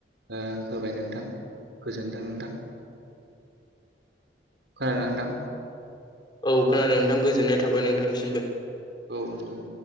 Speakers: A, on the right; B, on the left.
A: ओ होबाय नोंथां गोजोनथों नोंथां खोनादोना नोंथां
B: औ खोनादों नोंथां गोजोननाय थाबाय नोंथांनिसिमबो
A: औ नोंथां